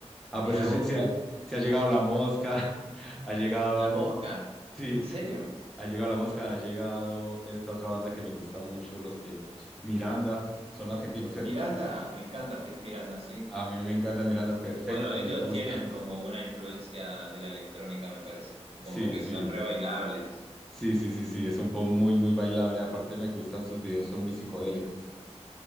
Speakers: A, in the centre; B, on the right.
A: Ah,
B: Mirá
A: pues sí, sí
B: vos.
A: sí ha, sí ha llegado La Mosca, <laughs> ha llegado,
B: La Mosca.
A: sí,
B: ¿En serio?
A: Ha llegado la mosca, ha llegado esta otra banda que me gusta mucho, los que Miranda, son argentinos, ¿cierto?
B: Miranda,
A: ¿No?
B: me encanta
A: Sí.
B: Fir- Miranda, sí.
A: A mí me encanta Miranda, perfecta,
B: Bueno, ellos
A: me gusta.
B: tienen como una influencia de la electrónica, me parece, como
A: Sí,
B: que
A: sí,
B: son re bailables.
A: sí, sí, sí, sí, es un pop muy, muy bailable. Aparte me gustan sus videos, son muy psicodélicos.